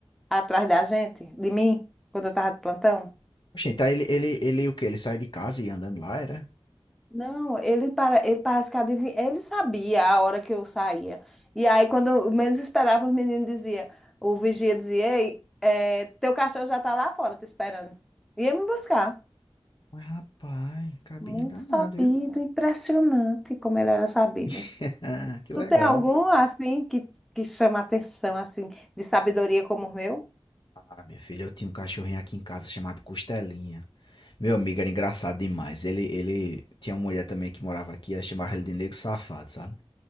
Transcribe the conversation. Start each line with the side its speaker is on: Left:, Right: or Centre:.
Centre: atrás da gente, de mim, quando eu tava de plantão?
Left: Oxente, tá, ele, ele, ele o quê? Ele sai de casa e ia andando lá, era?
Centre: Não, ele, para, ele parece que adivinha, ele sabia a hora que eu saía. E aí, quando eu menos esperava, os meninos diziam, o vigia dizia, Ei, é, teu cachorro já tá lá fora te esperando. Ia me buscar.
Left: Mas rapaz, cabinho
Centre: Muito
Left: danado,
Centre: sabido,
Left: viu?
Centre: impressionante como ele era sabido.
Left: <laughs> Que legal.
Centre: Tu tem algum, assim, que, que chama atenção, assim, de sabedoria como o meu?
Left: Ah, minha filha, eu tinha um cachorrinho aqui em casa chamado Costelinha. Meu amigo era engraçado demais. Ele, ele tinha uma mulher também que morava aqui, ela chamava ele de negro safado, sabe?